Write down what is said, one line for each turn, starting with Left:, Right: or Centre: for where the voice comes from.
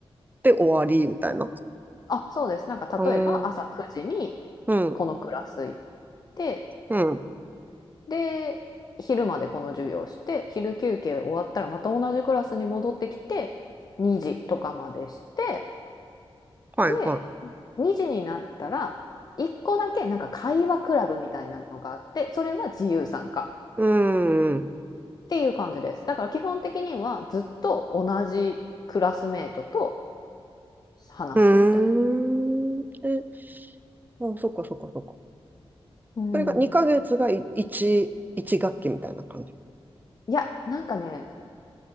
Right: て終わりみたいな。
Left: あ、そうです。なんか例えば朝9時に
Right: うん。うん
Left: このクラス行って、
Right: うん。
Left: で、昼までこの授業して、昼休憩終わったらまた同じクラスに戻ってきて、2時とかまでして、
Right: はいは
Left: で、2時になったら、1個だけなんか会話クラブみたいなのがあって、それは自由参加。
Right: い。うーん。
Left: っていう感じです。だから基本的にはずっと同じクラスメートと話すみたい
Right: うーん。え、あ、そっかそっかそっか。
Left: な。うん。
Right: それが2ヶ月がい1、いち学期みたいな感じ。
Left: いや、なんかね、